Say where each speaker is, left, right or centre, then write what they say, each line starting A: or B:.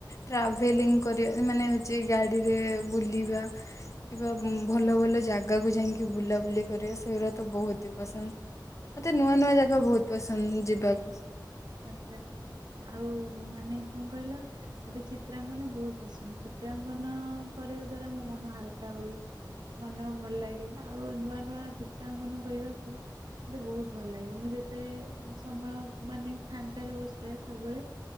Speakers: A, on the left; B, on the right.
A: ଟ୍ରାଭେଲିଂ କରିବା ମାନେ ହଉଚି ଗାଡିରେ ବୁଲିବା କିବା ଭଲ ଭଲ ଜାଗାକୁ ଯାଇକି ବୁଲାବୁଲି କରିବା ସେଗୁରାତ ବହୁତ ହି ପସନ୍ଦ- ମତେ ନୂଆ ନୂଆ ଜାଗା ବହୁତ ପସନ୍ଦ ଯିବାକୁ
B: ଆଛା, ଆଉ ମାନେ କଁ କହିଲ - ମତେ ଚିତ୍ରାଙ୍କନ ବହୁତ ପସନ୍ଦ, ଚିତ୍ରାଙ୍କନ କରିବା ଦ୍ଵାରା ମୋ ମନ ହାଲକା ହୁଏ ମନ ଭଲ ଲାଗେ ଆଉ ନୂଆ ନୂଆ ଚିତ୍ରାଙ୍କନ କରିବାକୁ ମତେ ବହୁତ ଭଲ ଲାଗେ ମୁଁ ଯେତେ ସମୟ ମାନେ ଫାଙ୍କାରେ ବସିଥାଏ ସବବେଳେ